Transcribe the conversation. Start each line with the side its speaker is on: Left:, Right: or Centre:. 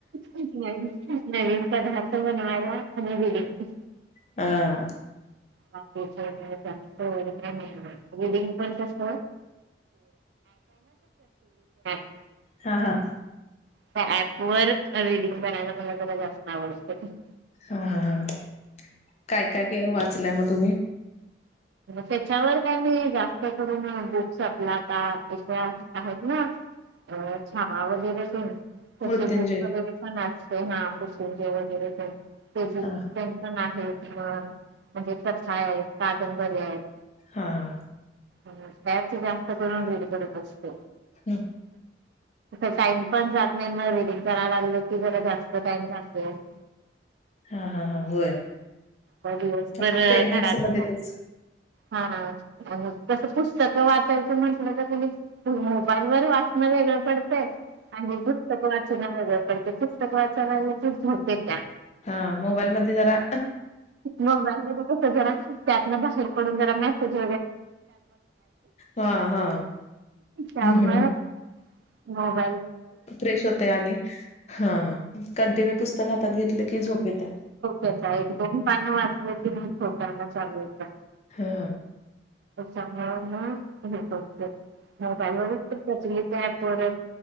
Right: नवीन नवीन पदार्थ बनवायला आणि रिडींग.
Left: हह
Right: जास्त वगैरे नाही रीडिंग पण कस, <inaudible>
Left: हा हा
Right: त्या ऍप वर रीडिंग करायला मला जरा जास्त आवडत. <inaudible>
Left: हा हा हा काय काय काय वाचलंय मग तुम्ही
Right: त्याच्यावर त्यांनी जास्त करून ग्रुप्स आपला का इथे आहेत ना. अ छावा वगैरे तर. तसे
Left: मृत्युंजय
Right: बीट्स वगैरे पण नाचते हा ठूमके वगैरे पण. ते बुक
Left: हा
Right: पेन्शन आहेत मग म्हणजे कथा आहेत कादंबरी आहेत
Left: हा हा
Right: हम्म शाळेचे जास्त करून रीड करत असतो.
Left: हा
Right: टाइम पण जात नाही मग रीडिंग करायला लागलं की जरा जास्त टाइम जातोय. <inaudible>
Left: हा हा हा होय
Right: ह दिवसभर
Left: आता
Right: घरातच.
Left: प्रेग्नेन्सी मध्ये तेच
Right: ह कस पुस्तक वाचायचं म्हटलं, तर तुम्ही मोबाईल वर वाचणं वेगळं. पडते आणि पुस्तक वाचनं वेगळ पडते, पुस्तक वाचना वेळी झोप येत्या.
Left: हा मोबाईल मध्ये जरा.
Right: मोबाईल मध्ये कस, जरा त्यातन बाहेर पडून जरा मेसेज.
Left: हा हा
Right: <inaudible>
Left: हम्म हम्म हम्म
Right: <inaudible> झोप
Left: फ्रेश होते आणि हा कंटिन्यू पुस्तक हातात घेतलं की झोप येत्या
Right: येते एक दोन पानं वाचल्या की मी झोपायला चालू होते.
Left: हा
Right: त्यामुळे मग मोबाईल वरच प्रतिलिता ॲप वरच